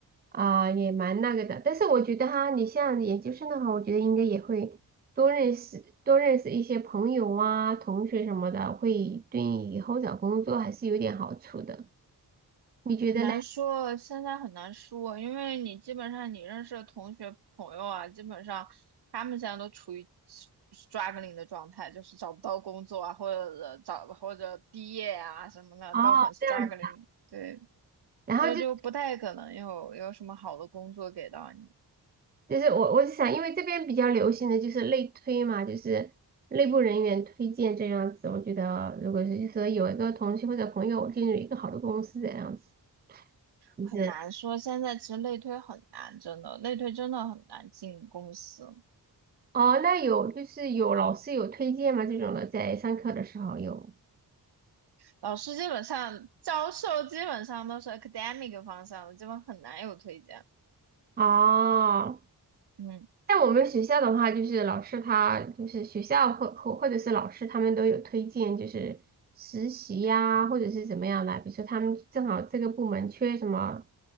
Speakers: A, on the right; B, on the right.
A: 啊、也蛮那个的。但是我觉得哈，你像研究生的话，我觉得应该也会多认识多认识一些朋友啊、同学什么的，会对以后找工作还是有点好处的。你觉得嘞？
B: 难说，现在很难说，因为你基本上你认识的同学朋友啊，基本上他们现在都处于 struggling 的状态，就是找不到工作啊，或者找或者毕业啊什么的都很
A: 哦，
B: struggling，
A: 这样子
B: 对，
A: 然后就
B: 所以就不太可能有有什么好的工作给到你，
A: 就是我我是想，因为这边比较流行的就是内推嘛，就是内部人员推荐这样子。我觉得如果是就是说有一个同学或者朋友进入一个好的公司这样子，就是
B: 很难说。现在其实内推很难，真的，内推真的很难进公司。
A: 哦，那有就是有老师有推荐吗？这种的在上课的时候有
B: 老师基本上，教授基本上都是 academic 方向的，基本很难有推荐。
A: 哦，
B: 嗯。
A: 像我们学校的话，就是老师他就是学校或或或者是老师他们都有推荐，就是实习呀、或者是怎么样的。比如说他们正好这个部门缺什么，